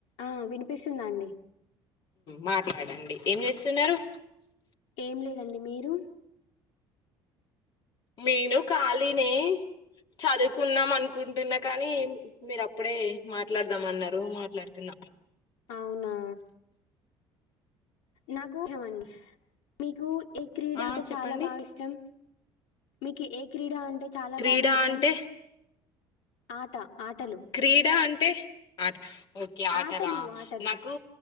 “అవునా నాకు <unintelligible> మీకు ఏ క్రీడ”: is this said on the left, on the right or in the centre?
Left